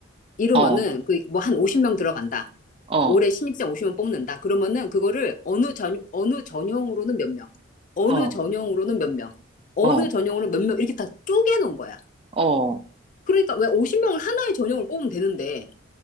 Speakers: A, on the left (about 40°); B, on the right (about 25°).
A: 이러면은
B: 어,
A: 그 뭐 한 50명 들어간다.
B: 어,
A: 올해 신입생 50명 뽑는다. 그러면은 그거를 어느 전 어느 전형으로는 몇 명, 어느
B: 어,
A: 전형으로는 몇 명, 어느
B: 어, 어,
A: 전형으로는 몇 명 이렇게 다 쪼개 놓은 거야.
B: 어,
A: 그러니까 왜 50명을 하나의 전형을 뽑으면 되는데